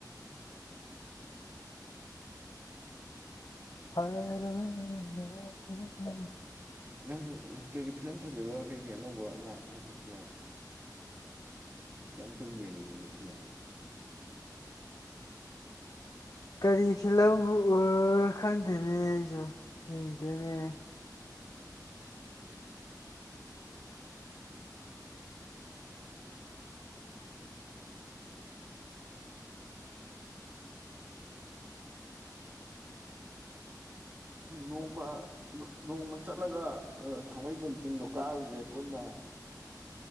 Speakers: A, on the left (about 55°); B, on the right (about 25°).
A: <unintelligible>
B: ꯅꯪ ꯀꯩꯀꯩ ꯐꯤꯂꯝ ꯐꯖꯕ ꯀꯩꯀꯩ ꯑꯅꯧꯕ ꯂꯥꯛꯀꯦ ꯍꯧꯖꯤꯛ ꯐꯤꯂꯝ ꯍꯧꯖꯤꯛ ꯑꯝꯇꯕꯨ ꯌꯦꯡꯅꯤꯡꯉꯤꯅꯦ ꯐꯤꯂꯝ
A: ꯀꯔꯤ ꯐꯤꯂꯝꯕꯨ <unintelligible> ꯈꯪꯗꯦꯅꯦ ꯑꯩꯁꯨ ꯌꯦꯡꯗꯦꯅꯦ
B: ꯅꯣꯡꯃ ꯅꯣꯡꯃ ꯆꯠꯂꯒ ꯊꯥꯡꯃꯩꯕꯟ ꯆꯤꯡꯗꯣ ꯀꯥꯔꯨꯁꯦ ꯄꯨꯟꯅ